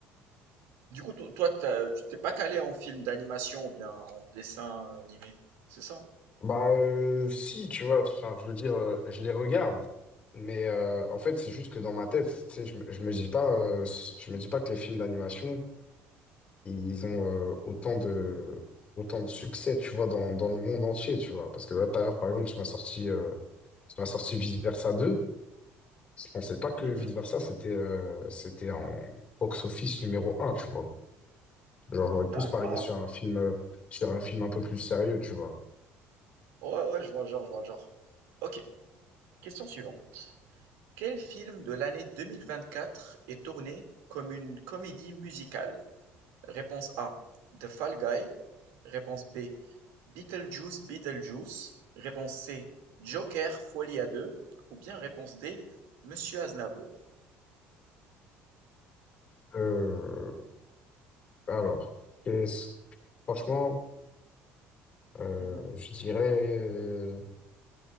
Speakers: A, on the right; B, on the left.
A: Du coup, to- toi, t'as- tu t'es pas calé en film d'animation ou bien en dessin animé, c'est ça?
B: Bah, euh, si, tu vois, enfin, je veux dire, euh, je les regarde, mais euh, en fait, c'est juste que dans ma tête, tu sais, je, me- je me dis pas, euh, je me dis pas que les films d'animation, ils ont euh, autant de, autant de succès, tu vois, dans, dans le monde entier, tu vois. Parce que là, tout à l'heure, par exemple, tu m'as sorti, euh, tu m'as sorti Vice Versa deux Je pensais pas que
A: Mhm.
B: Vice Versa, c'était euh, c'était en box-office numéro un, tu vois. Genre, j'aurais plus
A: D'accord.
B: parié sur un film, euh, sur un film un peu plus sérieux, tu vois.
A: Ouais, ouais, je vois le genre, je vois le genre. Ok, question suivante. Quel film de l'année 2024 est tourné comme une comédie musicale? Réponse A, The Fall Guy. Réponse B, Beetlejuice, Beetlejuice. Réponse C, Joker, Folie à deux. Ou bien réponse D, Monsieur Aznavour.
B: Euh, alors, qu'est-ce- franchement, euh,
A: Mhm.
B: je dirais, euh,